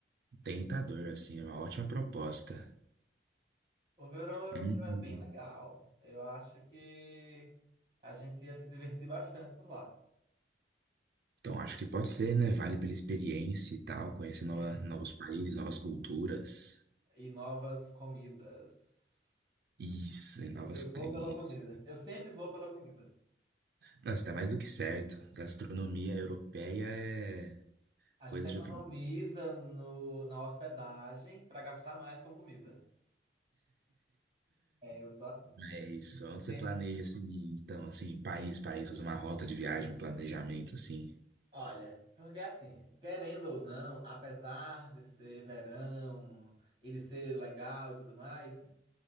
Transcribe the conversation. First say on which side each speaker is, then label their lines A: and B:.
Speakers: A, on the right; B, on the right.
A: tentador, assim, é uma ótima proposta.
B: O verão europeu
A: Hum,
B: é bem legal. Eu acho que a gente ia se divertir bastante por lá.
A: Então acho que pode ser, né? Vale pela experiência e tal, conhecer nova-
B: É.
A: novos países, novas culturas.
B: E novas comidas.
A: Isso, e novas.
B: Eu vou
A: Isso.
B: pela comida. Eu sempre vou pela comida.
A: Nossa, tá mais do que certo. Gastronomia europeia é
B: A
A: coisa
B: gente economiza
A: de outro
B: no, na hospedagem para gastar mais com comida. É, eu sou assim.
A: É isso. Onde você
B: Sempre.
A: planeja, assim, então, assim, país, país, fazer uma rota de viagem, um planejamento, assim.
B: Olha, porque assim, querendo ou não, apesar de ser verão e de ser legal e tudo mais,